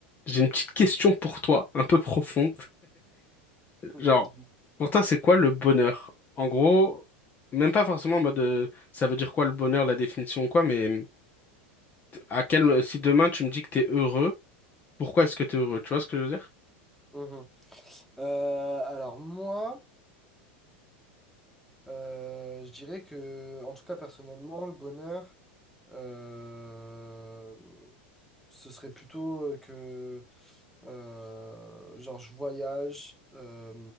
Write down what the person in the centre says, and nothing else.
Mhm.
Mhm. Euh, alors moi, euh, je dirais que, en tout cas personnellement, le bonheur, euh, ce serait plutôt euh, que, euh, genre, je voyage euh,